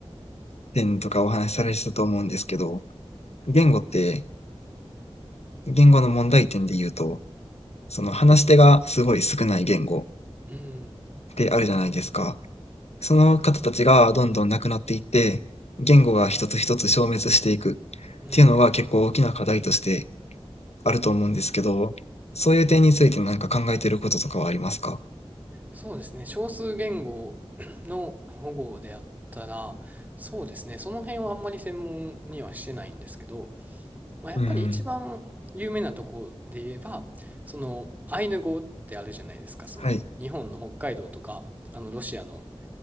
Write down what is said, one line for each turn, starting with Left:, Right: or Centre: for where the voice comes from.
Left: 点とかお話しされてたと思うんですけど、言語って、言語の問題点で言うと、その話し手がすごい少ない言語
Right: うん、
Left: ってあるじゃないですか。その方たちがどんどんなくなっていって、言語が一つ一つ消滅していくっ
Right: うん。
Left: ていうのは結構大きな課題としてあると思うんですけど、そういう点について何か考えてることとかはありますか？
Right: そうですね。少数言語 <coughs> の保護であったら、そうですね。その辺はあんまり専門にはしてないんですけど、まあ、やっぱり一番有名なとこで言えば、
Left: うん、
Right: そのアイヌ語ってあるじゃないですか。その日本の北海道とか、
Left: はい、
Right: あのロシアの、